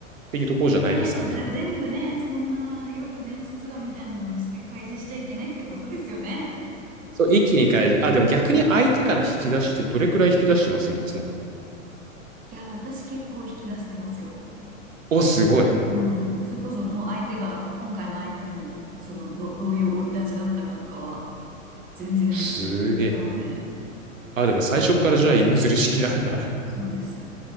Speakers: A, on the right; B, on the right.
A: ていうところじゃないですか、
B: ね、じゃあ全部ね、
A: やっぱり。
B: そんな夜寝落ちツアーみたいなのして開示しちゃいけないってことですよね。
A: そう、一気に返し、あ、でも逆に相手から引き出して、どれくらい引き出してますいつも。
B: いや、私結構引き出してますよ。
A: お、すごい。
B: うん。それこそもう相手が、今回の相手も、そのど、どういう生い立ちだったかとかは、全然言ってたので、
A: すげえ。あ、でも最初っからじゃあ芋づる式なんだ。
B: そうです。